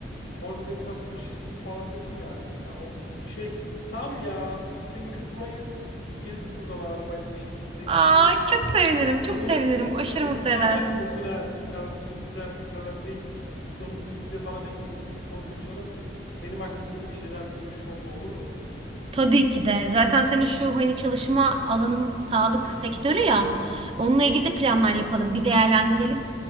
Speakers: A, on the left; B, on the right.
A: organizasyon şirketi falan dedin ya. Ya of şey tam ya biz seni kırmayız. Biz geliriz buradan arabayla bir şekilde denk
B: Aa
A: geliriz.
B: çok sevinirim çok
A: Benim
B: sevinirim
A: benim
B: aşırı
A: benim
B: mutlu
A: planlar
B: edersiniz.
A: da uzun ha. Senin kadar, seninkiler kadar değil. Biz onu yüz yüze falan hep birlikte bir konuşalım. Benim hakkımda da bir şeyler bir düşünelim olur mu?
B: Tabii ki de zaten senin şu hani çalışma alanın sağlık sektörü ya onunla ilgili de planlar yapalım bir değerlendirelim